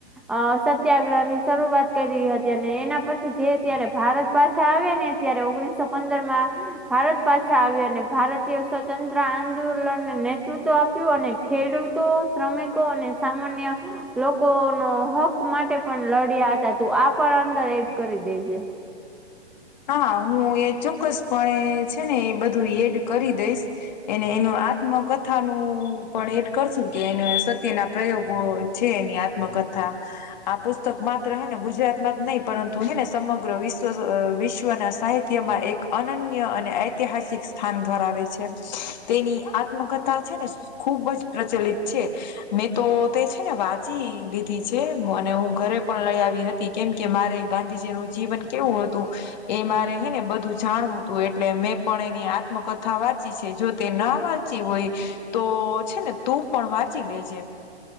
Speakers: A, in the centre; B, on the left.
A: અ સત્યાગ્રહ ની શરૂઆત કરી હતી, અને એના પછી જે અત્યારે ભારત પાછા આવ્યા, ને ત્યારે ઓગણીસો પંદર માં ભારત પાછા આવ્યા, અને ભારતીય સ્વતંત્ર આંદોલનને નેતૃત્વ આપ્યું, અને ખેડૂત તો શ્રમિકો અને સામાન્ય લોકો નો હક માટે પણ લડ્યા હતા, તું આ પણ અંદર એડ કરી દેજે.
B: હા, હું એ ચોક્કસપણે, છે ને, એ બધું એડ કરી દઈશ. એને એનું આત્મકથા, નું પણ એડ કરશું કે, એને સત્ય ના પ્રયોગો છે, એની આત્મકથા. આ પુસ્તક માત્ર, હે ને, ગુજરાતમાં જ નહીં, પરંતુ, હે ને, સમગ્ર વિશ્વ વિશ્વ વિશ્વના સાહિત્યમાં એક અનન્ય અને ઐતિહાસિક સ્થાન ધરાવે છે. તેની આત્મકથા છે ને, ખૂબ જ પ્રચલિત છે. મેં તો તે, છે ને, વાંચી દીધી છે, અને હું ઘરે પણ લઈ આવી હતી. કેમકે, મારે ગાંધીજીનું જીવન કેવું હતું એ મારે, હે ને, બધું જાણવું હતું, એટલે મેં પણ એની આત્મકથા વાંચી છે. જો તે ના વાંચી હોય તો છે ને, તું પણ વાંચી લેજે.